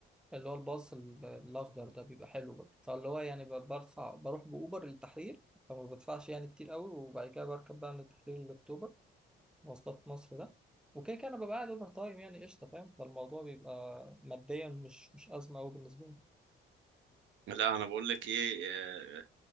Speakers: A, in the centre; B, on the right (about 70°).
A: اللي هو الباص ال- الاخضر ده بيبقى حلو برضه فاللي هو يعني ب- برفع بروح باوبر للتحرير فما بدفعش يعني كتير قوي وبعد كده بركب بقى من التحرير لاكتوبر مواصلات مصر ده وكده كده انا ببقى قاعد اوفر تايم يعني قشطه فاهم فالموضوع بيبقى ماديا مش مش ازمه قوي بالنسبه لي
B: لا انا بقول لك ايه آه،